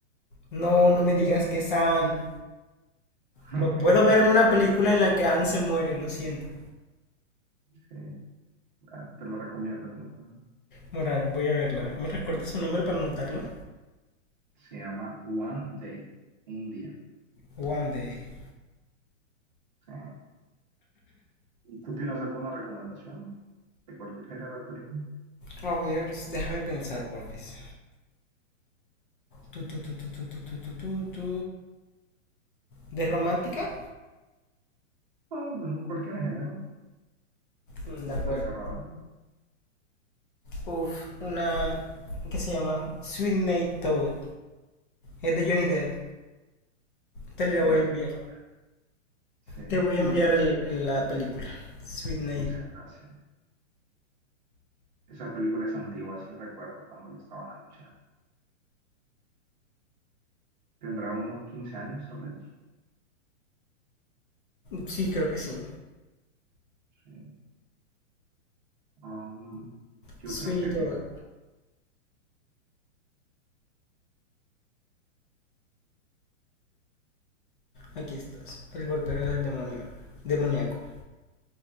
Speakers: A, on the left; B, on the right.
A: No, no me digas que San.
B: <laughs>
A: No puedo verme una película en la que Anne se muere, lo siento.
B: Sí, bueno, te lo recomiendo, es muy bueno.
A: Moral, voy a verla. ¿Me recuerdas su nombre para anotarlo?
B: Se llama One Day, un día.
A: One Day.
B: Sí. ¿Y tú tienes alguna recomendación de cualquier género de película?
A: A ver, déjame pensar, porfis. Tu, tu, tu, tu, tu, tu, tu, tu, tu, tu. ¿De romántica?
B: No, bueno, cualquier género,
A: Mm,
B: no
A: De acuerdo.
B: estoy cerrado.
A: Uf, una que se llama Sweet Night Toad. Es de Johnny Depp. Te la
B: Ya
A: voy a enviar.
B: sé cuál era. Sí.
A: Te voy
B: Uh,
A: a enviar
B: pero
A: el-
B: eso,
A: la película. Sweet Night.
B: pucha gracia. Esa película es antigua, sí recuerdo cuando la estaban anunciando. Tendrá unos 15 años, tal vez.
A: Sí, creo que sí.
B: Sí. Um, ¿qué
A: Sweet
B: otra
A: Night
B: película?
A: Toad. Aquí estás. El barbero del demonio. Demoníaco.